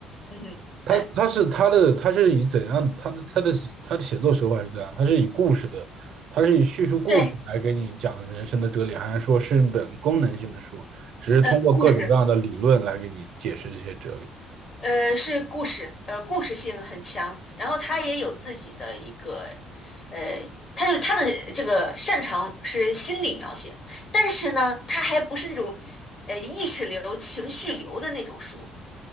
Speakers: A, on the left; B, on the right.
A: 嗯哼，
B: 他他是他的他是以怎样他的他的他的写作手法是怎样？
A: 对
B: 他是以故事的，他是以叙述故事来给你讲人生的哲理，
A: 对，
B: 还是说是一本功能性的书，只是通过各种各样的理论来给你解释这些哲理？
A: 呃，故事，呃，是故事，呃，故事性很强，然后他也有自己的一个，呃，他就他的这个擅长是心理描写，但是呢，他还不是那种，呃，意识流、情绪流的那种书，